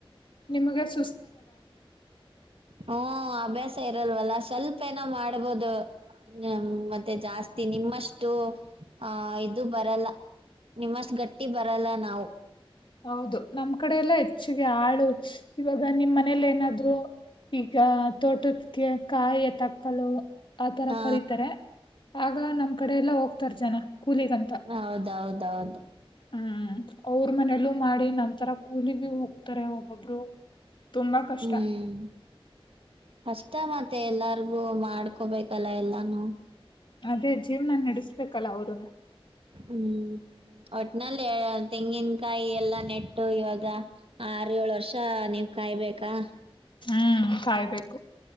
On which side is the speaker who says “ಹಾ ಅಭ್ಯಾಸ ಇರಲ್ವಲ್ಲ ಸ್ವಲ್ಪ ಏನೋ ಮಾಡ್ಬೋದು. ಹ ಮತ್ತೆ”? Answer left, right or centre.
Right